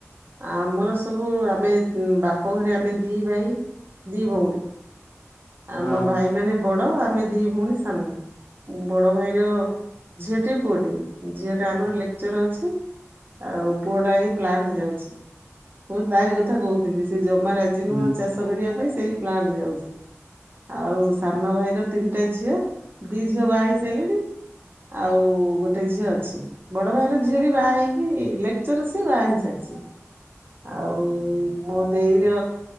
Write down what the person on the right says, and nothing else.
ଆମର ସବୁ ଆମେ ବାପ ଘରେ ଆମେ ଦି ଭାଇ ଦି ଭଉଣୀ ଆମ
ଭାଇ ମାନେ ବଡ ଆମେ ଦି ଭଉଣୀ ସାନ ବଡ ଭାଇର ଝିଅଟି ପୁଅଟି, ଝିଅଟା ଆମର ଲେକ୍ଚର ଅଛି ଆଉ ପୁଅ ଟା ଏଇ ପ୍ଲାନରେ ଯାଉଛି, ବହୁତ ନାରି କଥା କହୁଥିଲି ସେ ଆମ ରାଜ
ନୁଆ ଚାଷ କରିବା ପାଇଁ ସେଇ ପ୍ଲାଣ୍ଟ ଯାଉଛି। ଆଉ ସାନ ଭାଇର ତିନିଟା ଝିଅ ଦି ଝିଅ ବାହା ହେଇ ସାରିଲେଣି
ଆଉ ଗୋଟେ ଝିଅ ଅଛି ବଡ ଭାଇର ଝିଅ ବି ବାହା ହେଇକି, ଲେକ୍ଚର ସିଏ ବାହା ହେଇ ସାରିଛି। ଆଉ ମୋ ଦେଇର